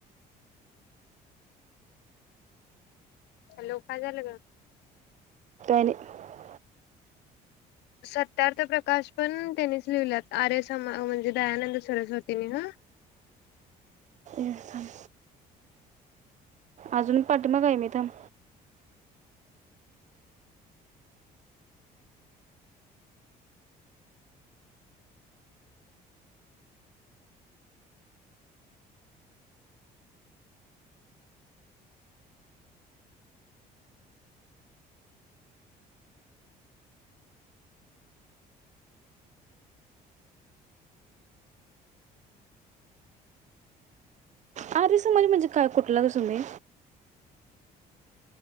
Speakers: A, on the left (about 80°); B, on the right (about 45°).
A: हैलो काय झालं ग.
B: <unintelligible>
A: सत्यार्थ प्रकाश पण त्यानिच लिवल्यात आर्य समा म्हणजे दयानंद सरस्वतीनी ह
B: हे थांब. अजून पाठीमागं हाय मी थांब आर्य समाज म्हणजे काय कुठलं ‌ग सुमे